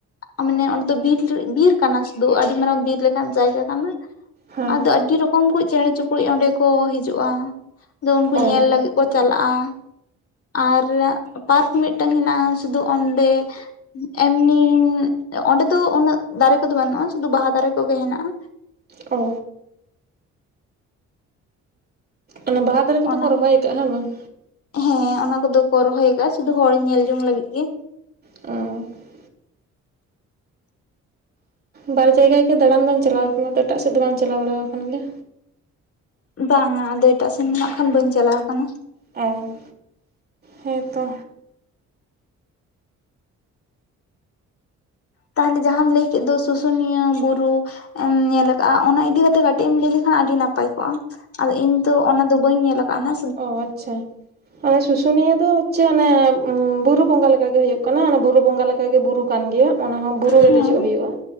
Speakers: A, on the left; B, on the right.
A: ᱟ ᱢᱟᱱᱮ ᱚᱸᱰᱮ ᱫᱚ ᱵᱤᱨ ᱵᱤᱨ ᱠᱟᱱᱟ ᱥᱩᱫᱩ ᱟᱹᱰᱤ ᱢᱟᱨᱟᱝ ᱵᱤᱨ ᱞᱮᱠᱟᱱ ᱡᱟᱭᱜᱟ ᱠᱟᱱᱟ᱾
B: ᱦᱮᱸ
A: ᱟᱫᱚ ᱟᱹᱰᱤ ᱨᱚᱠᱚᱢ ᱠᱩᱡᱽ ᱪᱮᱬᱮ ᱪᱩᱯᱲᱩ ᱚᱸᱰᱮ ᱠᱚ ᱦᱤᱡᱩᱜᱼᱟ᱾ ᱟᱫᱚ ᱩᱱᱠᱩ
B: ᱚ
A: ᱧᱮᱞ ᱞᱮ ᱛᱤᱭᱩᱜ ᱠᱚ ᱪᱟᱞᱟᱜᱼᱟ ᱟᱨ ᱯᱟᱨᱠ ᱢᱤᱫᱴᱟᱹᱝ ᱦᱮᱱᱟᱜᱼᱟ ᱥᱩᱫᱩ ᱚᱸᱰᱮ ᱮᱢᱱᱤ ᱚᱸᱰᱮ ᱫᱚ ᱩᱱᱟᱹᱜ ᱫᱟᱨᱮ ᱠᱚ ᱫᱚ ᱵᱟᱹᱱᱩᱜᱼᱟ, ᱥᱩᱫᱷᱩ ᱵᱟᱦᱟ ᱫᱟᱨᱮ ᱠᱚ ᱜᱮ ᱦᱮᱱᱟᱜᱼᱟ᱾
B: ᱚ ᱚᱱᱟ ᱵᱟᱦᱟ ᱫᱟᱨᱮ ᱠᱚ ᱫᱚ
A: ᱚᱱᱟ
B: ᱠᱚ ᱨᱚᱦᱚᱭ ᱠᱟᱜᱼᱟ ᱦᱮᱸ ᱵᱟᱝ?
A: ᱦᱮᱸ ᱚᱱᱟ ᱠᱚᱫᱚ ᱠᱚ ᱨᱚᱦᱚᱭ ᱠᱟᱜᱼᱟ ᱥᱩᱫᱷᱩ ᱦᱚᱲ ᱧᱮᱞ ᱡᱚᱝ ᱞᱟᱹᱜᱤᱜ ᱜᱮ᱾
B: ᱚ ᱵᱟᱨ ᱡᱟᱭᱜᱟ ᱜᱮ ᱫᱟᱬᱟᱱ ᱫᱚᱢ ᱪᱟᱞᱟᱣ ᱟᱠᱟᱱᱟ᱾ ᱟᱫᱚ ᱮᱴᱟᱜ ᱥᱮᱫ ᱫᱚ ᱵᱟᱢ ᱪᱟᱞᱟᱣ ᱵᱟᱲᱟ ᱟᱠᱟᱱ ᱜᱮᱭᱟ?
A: ᱵᱟᱝᱟ ᱟᱫᱚ ᱮᱴᱟᱜ ᱥᱮᱱ ᱫᱚ ᱱᱟᱜ ᱠᱷᱟᱱ ᱵᱟᱹᱧ ᱪᱟᱞᱟᱣ ᱟᱠᱟᱱᱟ᱾
B: ᱮ ᱦᱮᱸ ᱛᱚ
A: ᱛᱟᱦᱚᱞᱮ ᱡᱟᱦᱟᱸᱢ ᱞᱟᱹᱭ ᱠᱮᱫ ᱫᱚ ᱥᱩᱥᱩᱱᱤᱭᱟᱹ ᱵᱩᱨᱩ ᱧᱮᱞ ᱟᱠᱟᱜᱼᱟ, ᱚᱱᱟ ᱤᱫᱤ ᱠᱟᱛᱮᱜ ᱠᱟᱹᱴᱤᱡ ᱮᱢ ᱞᱟᱹᱭ ᱞᱮᱠᱷᱟᱱ ᱟᱹᱰᱤ ᱱᱟᱯᱟᱭ ᱠᱚᱜᱼᱟ᱾ ᱟᱫᱚ ᱤᱧ ᱛᱚ ᱚᱱᱟ ᱫᱚ ᱵᱟᱹᱧ ᱧᱮᱞ ᱟᱠᱟᱱᱟ᱾
B: ᱚ ᱟᱪᱪᱷᱟ ᱚᱱᱟ ᱥᱩᱥᱩᱱᱤᱭᱟᱹ ᱫᱚ ᱪᱮ ᱚᱱᱮ ᱵᱩᱨᱩ ᱵᱚᱸᱜᱟ ᱞᱮᱠᱟ ᱜᱮ ᱦᱩᱭᱩᱜ ᱠᱟᱱᱟ᱾ ᱚᱱᱮ ᱵᱩᱨᱩ ᱵᱚᱸᱜᱟ ᱞᱮᱠᱟᱜᱮ ᱵᱩᱨᱩ ᱠᱟᱱ ᱜᱮᱭᱟ᱾ ᱚᱱᱟ ᱦᱚᱸ ᱵᱩᱨᱩ ᱜᱮ
A: ᱦᱮᱸ
B: ᱫᱮᱡᱚᱜ ᱦᱩᱭᱩᱜᱼᱟ